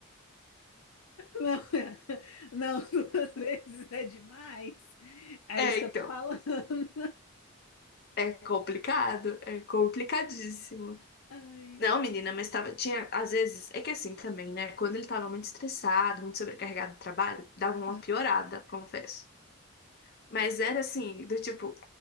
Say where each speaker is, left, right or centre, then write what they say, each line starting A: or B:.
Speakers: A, on the left; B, on the left.
A: Não, <laughs> não, duas vezes é demais. É
B: É,
A: isso que
B: então,
A: eu tô falando. <laughs>
B: é complicado, é complicadíssimo.
A: Ai.
B: Não, menina, mas tava, tinha, às vezes, é que assim também, né, quando ele tava muito estressado, muito sobrecarregado de trabalho, dava uma
A: Aham,
B: piorada, confesso. Mas era assim, do tipo,